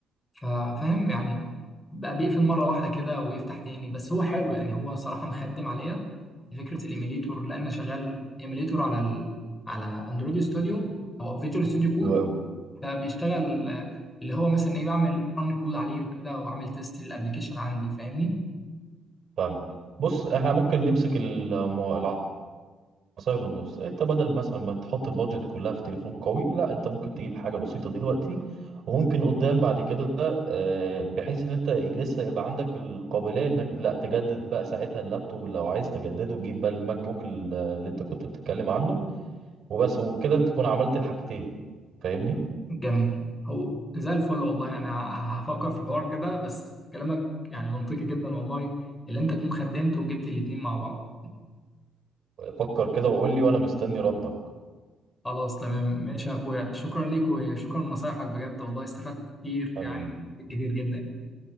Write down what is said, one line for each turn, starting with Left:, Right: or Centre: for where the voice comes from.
Left: فا- فاهم يعني بقى بيقفل مره واحده كده ويفتح تاني بس هو حلو يعني هو صراحه مخدم عليا في فكره الايميليتور لان أنا شغال ايميليتور على ال... على اندرويد ستوديو او فيجوال ستوديو كود
Right: حلو أوي.
Left: فبيشتغل آه، اللي هو مثلا ايه بعمل ران كود عليه وكده واعمل تيست للابلكيشن عندي فاهمني
Right: فاهم بص احنا ممكن نمسك المو- العصاية من النص انت بدل مثلا ما تحط البادجت كلها في تليفون قوي لا انت ممكن تجيب حاجة بسيطة دلوقتي وممكن قدام بعد كده آه، بحيث ان انت لسه يبقى عندك القابلية انك لا تجدد بقى ساعتها اللابتوب لو عايز تجدده جيب بقى الماك بوك ال- اللي انت كنت بتتكلم عنه وبس وكده انت تكون عملت الحاجتين فاهمني
Left: جميل هو زي الفل والله انا ه- هفكر في الحوار كده بس كلامك يعني منطقي جدا والله اللي انت تكون خدمت وجبت الاتنين مع بعض
Right: فكر كده وقول لي وانا مستني ردك
Left: خلاص تمام ماشي يا اخويا شكرا ليك وشكرا لنصايحك بجد والله استفدت كتير
Right: حبيبي
Left: يعني كتير جدا